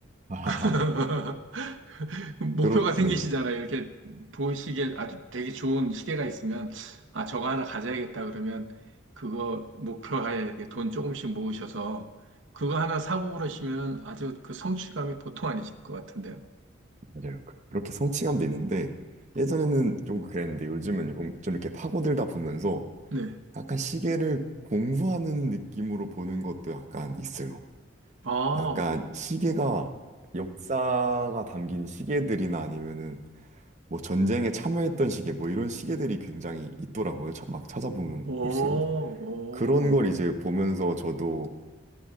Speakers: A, on the right; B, on the right.
A: <laughs> 아하하.
B: <laughs> <laughs> 목표가
A: 그렇,
B: 생기시잖아요.
A: 네,
B: 이렇게 보시기에 아주 되게 좋은 시계가 있으면, 아, 저거 하나 가져야겠다 그러면, 그거 목표하에 이렇게 돈 조금씩 모으셔서, 그거 하나 사고 그러시면 아주 그 성취감이 보통 아니실 것 같은데요.
A: 맞아요. 그- 그렇게 성취감도 있는데, 예전에는 좀 그랬는데, 요즘은 좀, 좀 이렇게 파고들다 보면서
B: 네.
A: 약간 시계를 공부하는 느낌으로 보는 것도 약간 있어요.
B: 아,
A: 약간 시계가 역사가 담긴 시계들이나 아니면은 뭐 전쟁에 참여했던 시계 뭐 이런 시계들이 굉장히 있더라고요. 차- 막 찾아보면
B: 오, 오.
A: 볼수록 그런 걸 이제 보면서 저도